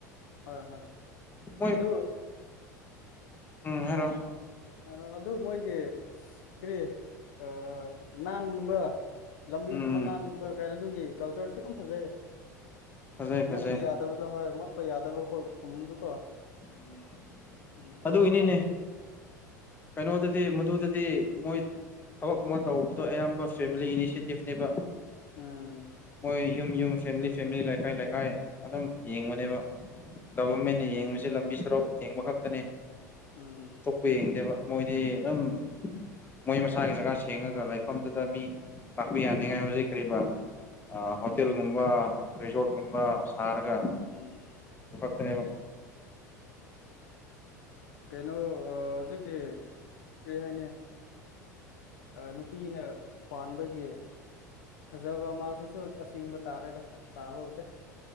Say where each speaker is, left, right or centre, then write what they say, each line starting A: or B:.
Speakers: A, on the left (about 60°); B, on the left (about 20°).
A: ꯍꯣꯏ ꯍꯣꯏ
B: ꯃꯣꯏ
A: ꯑꯗꯨ
B: ꯎꯝ ꯍꯥꯏꯔꯣ
A: ꯍꯥꯏꯔꯣ ꯑꯗꯨ ꯃꯣꯏꯒꯤ ꯀꯔꯤ ꯑꯥ ꯅꯥꯟꯕ ꯂꯝꯕꯤꯒꯨꯝꯕ
B: ꯎꯝ
A: ꯅꯥꯟꯅꯤꯡꯕ ꯀꯩꯔꯣ ꯑꯗꯨꯒꯤ ꯀꯜꯆꯔꯁꯨ ꯌꯥꯝ ꯐꯖꯩꯌꯦ
B: ꯐꯖꯩ ꯐꯖꯩ
A: ꯃꯣꯠꯄ ꯌꯥꯗꯕꯗꯣ ꯍꯣꯏ ꯃꯣꯠꯄ ꯌꯥꯗꯕ ꯀꯣ ꯀꯨꯝꯃꯨꯗꯨꯀꯣ
B: ꯎꯝ
A: ꯎꯝ
B: ꯑꯗꯨꯒꯤꯅꯤꯅꯦ
A: ꯑꯗꯨꯗꯣ ꯌꯥꯝ ꯐꯖꯩꯅꯦ
B: ꯀꯩꯅꯣꯗꯗꯤ ꯃꯗꯨꯗꯗꯤ ꯃꯣꯏ ꯊꯕꯛꯀꯨꯝꯕ ꯇꯧꯕꯗꯣ ꯑꯌꯥꯝꯕ ꯐꯦꯃꯤꯂꯤ ꯏꯅꯤꯁꯦꯇꯤꯞꯅꯦꯕ
A: ꯎꯝ
B: ꯃꯣꯏ ꯌꯨꯝ ꯌꯨꯝ ꯐꯦꯃꯤꯂꯤ ꯐꯦꯃꯤꯂꯤ ꯂꯩꯀꯥꯏ ꯂꯩꯀꯥꯏ ꯑꯗꯨꯝ ꯌꯦꯡꯕꯅꯦꯕ ꯒꯕꯔꯃꯦꯟꯅ
A: ꯍꯣꯏ ꯍꯣꯏ
B: ꯌꯦꯡꯕꯁꯦ ꯂꯝꯕꯤ ꯁꯔꯣꯛ ꯌꯦꯡꯕ ꯈꯛꯇꯅꯦ
A: ꯎꯝ
B: ꯊꯣꯛꯄ ꯌꯦꯡꯗꯦꯕ ꯃꯣꯏꯗꯤ ꯑꯗꯨꯝ ꯃꯣꯏ ꯃꯁꯥꯒꯤ ꯖꯒꯥ ꯁꯦꯡꯉꯒ ꯂꯩꯐꯝꯗꯨꯗ ꯃꯤ ꯂꯥꯛꯄ ꯌꯥꯅꯤꯡꯉꯥꯏ ꯍꯧꯖꯤꯛ ꯀꯔꯤꯕ ꯑꯥ ꯍꯣꯇꯦꯜꯒꯨꯝꯕ ꯔꯤꯖꯣꯔꯠꯀꯨꯝꯕ ꯁꯥꯔꯒ
A: ꯎꯝ
B: ꯀꯩ ꯍꯥꯏꯕ
A: ꯀꯩꯅꯣ ꯍꯧꯖꯤꯛꯀꯤ ꯀꯔꯤ ꯍꯥꯏꯅꯤ ꯅꯨꯄꯤꯅ ꯄꯥꯟꯕꯒꯤ ꯐꯖꯕ ꯃꯥꯁꯤꯁꯨ ꯑꯁꯦꯡꯕ ꯇꯥꯔꯦꯗ ꯇꯥꯕꯕꯨꯗꯤ